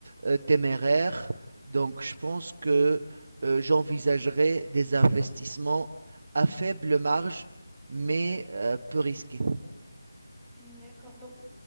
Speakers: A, on the right; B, in the centre.
A: euh, téméraire, donc je pense que euh, j'envisagerais des investissements à faible marge, mais euh, peu risqués.
B: Hmm, D'accord. Donc,